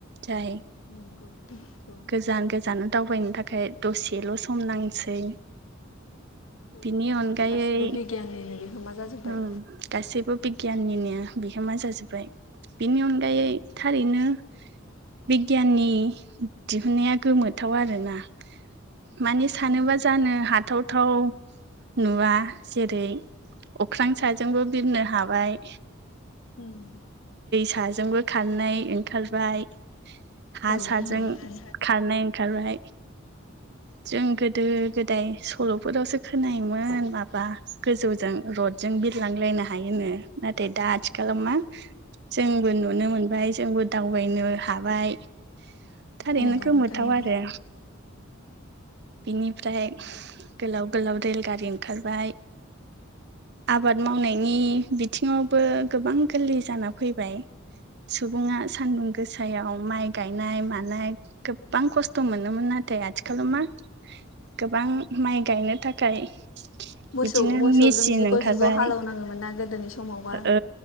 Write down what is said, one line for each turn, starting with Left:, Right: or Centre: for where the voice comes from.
Right: जाय
Left: नंगौ नोंथां औ
Right: गोजान गोजान दावबायनो थाखाय दसेल' सम नांसै
Left: औ
Right: बिनि अनगायै
Left: गासैबो बिगियाननिनो बिहोमा जाजोब्बाय
Right: ओम गासैबो बिगियाननिनो बिहोमा जाजोब्बाय बिनि अनगायै
Left: उम
Right: ओरैनो बिगियाननि दिहुननाया गोमोथाव आरोना माने सानोबा
Left: नंगौ उम
Right: जानो
Left: औ
Right: हाथावथाव नुवा जेरै अख्रां साजोंबो बिरनो हाबाय
Left: ओम
Right: हाजोंबो खारनाय ओंखारबाय हा
Left: नंगौ
Right: साजों
Left: नोंथां
Right: खारनाय ओंखारबाय जों गोदो गोदाय सल'फोरावसो खोनायोमोन माबा गोजौजों रद जों बिरलांलायनो हायोनो नाथाय दा आथिखालाव मा जोंबो नुनो मोनबाय जोंबो दावबायनो हाबाय थारैनो
Left: नंगौ
Right: गोमोथाव
Left: नोंथां नंगौ
Right: आरो बेनिफ्राय
Left: औ उम
Right: गोलाव गोलाव रेल गारि ओंखारबाय आबाद मावनायनि बिथिङावबो गोबां गोरलै जाना फैबाय सुबुङा सान्दुं गोसायाव माइ गायनाय मानाय गोबां खस्थ' मोनोमोन आरो नाथाय आथिखालाव मा गोबां माइ गायनो थाखाय
Left: मोसौ
Right: बिदिनो
Left: मोसौजों
Right: मेचिन
Left: जिग'
Right: ओंखारबाय
Left: जिग' हालेवनाङोमोन ना गोदोनि समावबा
Right: औ